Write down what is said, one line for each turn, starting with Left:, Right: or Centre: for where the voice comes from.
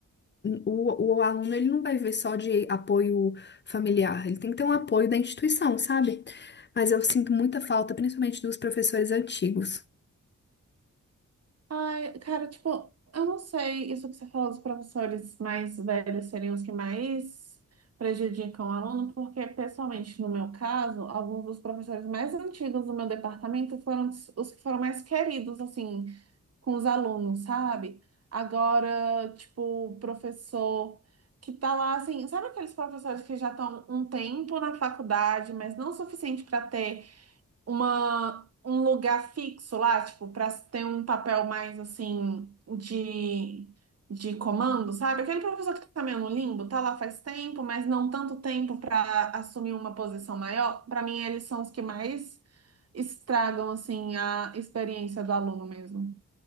Left: o, o aluno ele não vai ver só de apoio familiar, ele tem que ter um apoio da instituição, sabe? Mas eu sinto muita falta, principalmente dos professores antigos.
Right: Ai, cara, tipo, eu não sei isso que você falou dos professores mais velhos seriam os que mais prejudicam o aluno, porque, pessoalmente, no meu caso, alguns dos professores mais antigos do meu departamento foram os os que foram mais queridos, assim, com os alunos, sabe? Agora, tipo, o professor que tá lá, assim, sabe aqueles professores que já estão um tempo na faculdade, mas não o suficiente para ter uma, um lugar fixo lá, tipo, para ter um papel mais assim de, de comando, sabe? Aquele professor que tá meio no limbo, tá lá faz tempo, mas não tanto tempo para assumir uma posição maior. Para mim, eles são os que mais estragam assim a experiência do aluno mesmo.